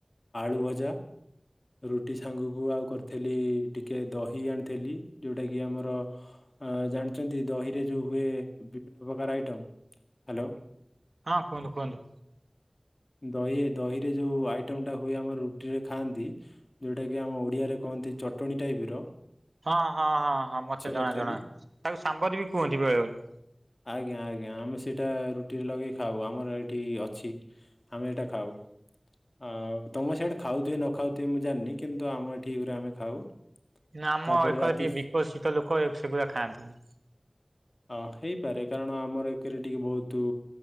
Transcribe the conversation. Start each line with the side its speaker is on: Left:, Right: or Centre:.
Left: ଆଳୁ ଭଜା। ରୁଟି ସାଙ୍ଗକୁ ଆଉ କରିଥିଲି ଟିକେ ଦହି ଆଣିଥିଲି। ଯୋଉଟା କିି ଆମର ଜାଣିଛନ୍ତି ଦହିରେ ଯେଉଁ ହୁଏ କେତେ ପ୍ରକାରର ଆଇଟମ। ହ୍ୟାଲୋ
Right: ହଁ ହଁ କୁହନ୍ତୁ କୁହନ୍ତୁ।
Left: ଦହି ଦହିରେ ଯେଉଁ ଆଇଟମ ଟା ହୁଏ। ଆମର ରୁଟିରେ ଖାଆନ୍ତି। ଯୋଉଟାକି ଆମ ଓଡିଆରେ କୁହନ୍ତି ଚଟଣି ଟାଇପର।
Right: ହଁ ହଁ ହଁ ହଁ ମତେ ଜଣା
Left: କରିଥିଲୁ
Right: ଜଣା। ତାକୁ ସାମ୍ବର ବି କୁହନ୍ତି ବେଳେବେଳେ।
Left: ଆଜ୍ଞା ଆଜ୍ଞା ଆମେ ସେଇଟା ରୁଟିରେ ଲଗେଇ ଖାଉ ଆମର ଏଠି ଅଛି। ଆମେ ଏଇଟା ଖାଉ। ଆଉ ତମ ସିଆଡେ ଖାଉଥିବେ ନ ଖାଉଥିବେ ମୁଁ ଜାଣିନି କିନ୍ତୁ ଆମ ଏଠି ଏଇଉରା ଆମେ ଖାଉ।
Right: ନା ଆମ
Left: ତାପରେ
Right: ଏକ
Left: ରାତି
Right: ଟିକେ ବିକଶିତ ଲୋକ ସେଗୁଡା ଖାଆନ୍ତିନି।
Left: ଅ ହେଇପାରେ କାରଣ ଆମର ଏକରେ ଟିକେ ବହୁତୁ